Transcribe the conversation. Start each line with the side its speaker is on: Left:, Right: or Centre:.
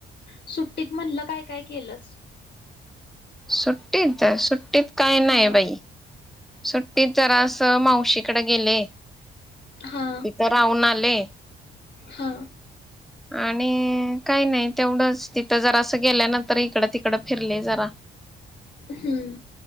Left: सुट्टीत म्हणलं काय काय केलंस
Centre: सुटीत सुट्ट तेच काय
Left: हा
Centre: नाही बाई सुट्टीत जरास मावशीकडे गेले
Left: हा
Centre: तिथ राहून आले
Left: हा
Centre: आणि काही नाही तेवढंच तिथं जर असं गेल्यान तर इकडं तिकडं फिरले जरा
Left: हम्म